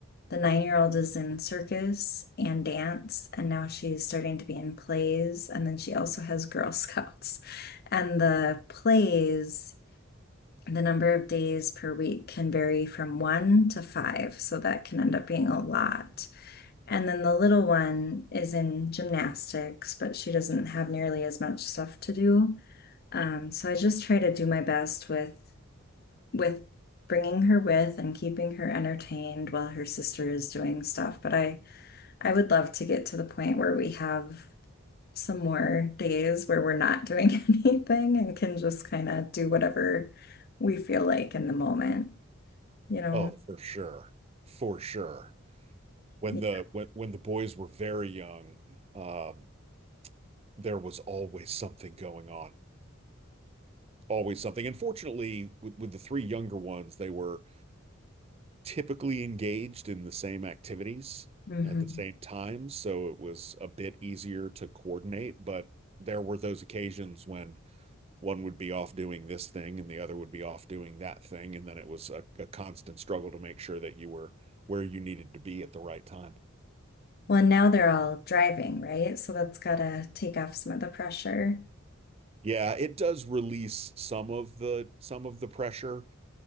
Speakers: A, on the left (about 50°); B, on the right (about 30°).
A: the nine-year-old is in circus and dance, and now she's starting to be in plays. And then she also has Girl <laughs> Scouts. And the plays, the number of days per week can vary from one to five. So that can end up being a lot. And then the little one is in gymnastics, but she doesn't have nearly as much stuff to do. Um, so I just try to do my best with with bringing her with and keeping her entertained while her sister is doing stuff. But I I would love to get to the point where we have some more days where we're not doing <laughs> anything and can just kind of do whatever we feel like in the moment, you know?
B: Oh, for sure. For sure. When
A: Yeah.
B: the when when the boys were very young, um, there was always something going on. Always something. And fortunately, with, with the three younger ones, they were typically engaged in the same activities
A: hmm
B: at the same time, so it was a bit easier to coordinate, but there were those occasions when one would be off doing this thing and the other would be off doing that thing, and then it was a, a constant struggle to make sure that you were where you needed to be at the right time.
A: Well, and now they're all driving, right? So that's gotta take off some of the pressure.
B: Yeah, it does release some of the some of the pressure